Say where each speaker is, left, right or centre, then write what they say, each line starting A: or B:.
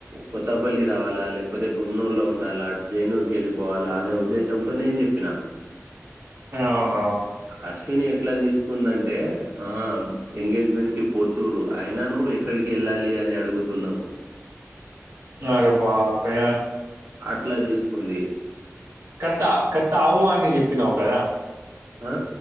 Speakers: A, on the right; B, on the right.
A: కొత్తపల్లి రావాలా లేకపోతే గున్నూర్లో ఉండాలా జైనూర్ కి వెళ్ళిపోవాలా అనే ఉద్దేశంతో నేను చెప్పిన
B: అవునవును
A: అశ్విని ఎట్లా తీసుకుందంటే ఆహా ఎంగేజ్మెంట్ కి పోతుర్రు అయినా నువ్వు ఎక్కడికి వెళ్ళాలి అని అడుగుతున్నావ్
B: అరే బాపే
A: అట్లా తీసుకుంది
B: కత్త కత్త అవు అని చెప్పినావు కదా
A: ఆ